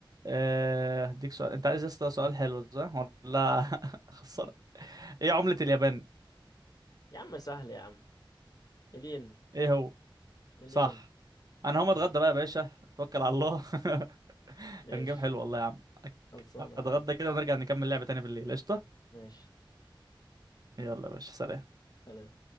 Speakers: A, on the right; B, on the left.
A: أه هديك سؤال انت عايز يا اسطى سؤال حلو صح ولا <laughs> خسر ايه عملة اليابان
B: يا عم سهل يا عم الين
A: ايه هو
B: الين
A: صح انا هقوم
B: <laughs>
A: اتغدى بقى يا باشا توكل على الله <laughs>
B: ماشي
A: كان جيم حلو والله يا عم
B: خلصانة
A: اتغدى
B: يا أخوي
A: كده ونرجع نكمل لعبة تاني بالليل قشطة
B: ماشي
A: يلا يا باشا سلام
B: سلام